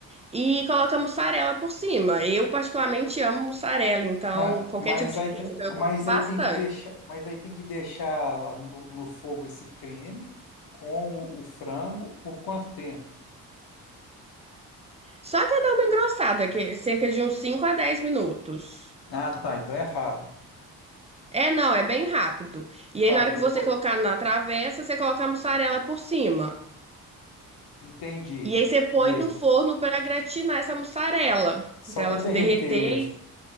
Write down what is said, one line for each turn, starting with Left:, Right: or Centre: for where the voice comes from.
Right: e coloca mussarela por cima. Eu particularmente amo mussarela, então
Left: Mas,
Right: qualquer
Left: mas
Right: tipo de
Left: aí,
Right: queijo,
Left: te-
Right: então eu coloco
Left: mas
Right: bastante.
Left: aí tem que deixar, mas aí tem que deixar lá no, no fogo esse creme com o, o frango por quanto tempo?
Right: Só até dar uma engrossada, que é cerca de uns 5 a 10 minutos.
Left: Ah, tá, então é rápido.
Right: É, não, é bem rápido. E
Left: Tá,
Right: aí, na hora
Left: e depois
Right: que você colocar na travessa, você coloca a mussarela por cima.
Left: entendi.
Right: E aí, você põe
Left: E aí?
Right: no forno para gratinar essa mussarela,
Left: Só
Right: para
Left: para
Right: ela se
Left: derreter
Right: derreter.
Left: mesmo.